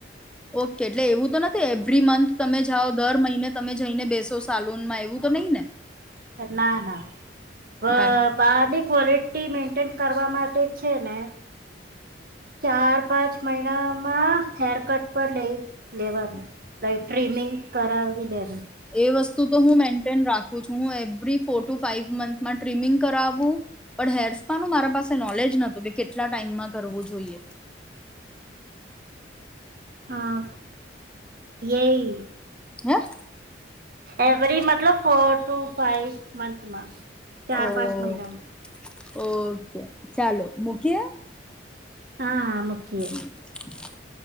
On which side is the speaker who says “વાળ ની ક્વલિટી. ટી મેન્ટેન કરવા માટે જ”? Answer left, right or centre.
Right